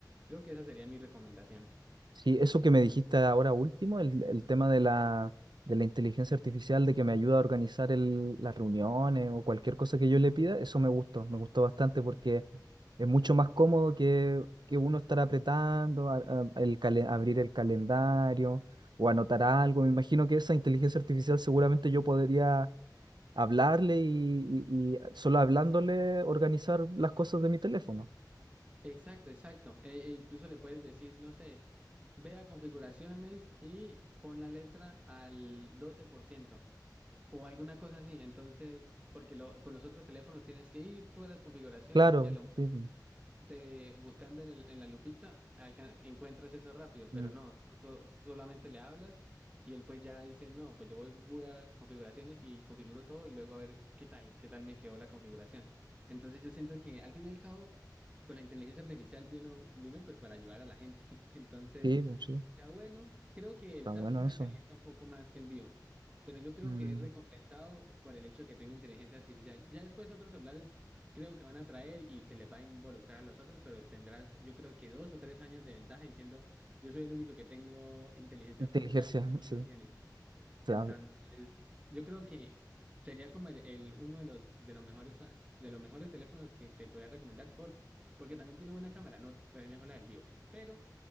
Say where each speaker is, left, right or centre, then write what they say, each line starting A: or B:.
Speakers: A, on the right (about 15°); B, on the right (about 80°).
A: creo que esa sería mi recomendación.
B: Sí, eso que me dijiste ahora último, el, el tema de la, de la inteligencia artificial, de que me ayuda a organizar el- las reuniones o cualquier cosa que yo le pida, eso me gustó, me gustó bastante porque es mucho más cómodo que, que uno estar apretando, a- a- el calen- abrir el calendario o anotar algo. Me imagino que esa inteligencia artificial seguramente yo podría hablarle y, y y solo hablándole organizar las cosas de mi teléfono.
A: Exacto, exacto. E, e incluso le puedes decir, no sé, ve a configuraciones y pon la letra al 12% o alguna cosa así. Entonces, porque lo- con los otros teléfonos tienes que ir tú a las configuraciones
B: Claro,
A: y a lo
B: sí,
A: de buscando en el, en la lupita, alca- encuentras eso rápido, pero
B: Mm.
A: no, tú, tú- tú solamente le hablas y él pues ya dice, no, pues yo voy, voy a configuraciones y configuro todo y luego a ver qué tal, qué tal me quedó la configuración. Entonces yo siento que al fin y al cabo, pues la inteligencia artificial vino, vino pues para ayudar a la gente. <laughs> Entonces,
B: sí, pues sí,
A: Está bueno. Creo que
B: está
A: el Samsung
B: bueno
A: se
B: eso.
A: calienta un poco más que el Vivo, pero yo creo
B: Mm,
A: que es recompensado por el hecho de que tenga inteligencia artificial. Ya después otros celulares creo que van a traer y se les va a involucrar a los otros, pero tendrás yo creo que dos o tres años de ventaja diciendo yo soy el único que tengo inteligencia
B: Inteligencia,
A: artificial y los demás
B: sí.
A: no tienen.
B: está-
A: Entonces, yo creo que sería como el, el- uno de los de los mejores ah, de los mejores teléfonos que te podría recomendar por porque también tiene buena cámara, no es mejor la del vivo, pero